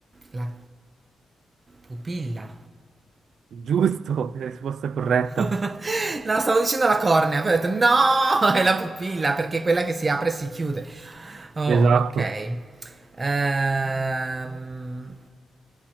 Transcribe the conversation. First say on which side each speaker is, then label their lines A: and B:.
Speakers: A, on the right; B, on the right.
A: La pupilla.
B: Giusto, <laughs> è la risposta corretta.
A: <laughs> No, stavo dicendo la cornea, poi ho detto no, è la pupilla perché è quella che si apre e si chiude. Oh,
B: Esatto.
A: ok. Ehm,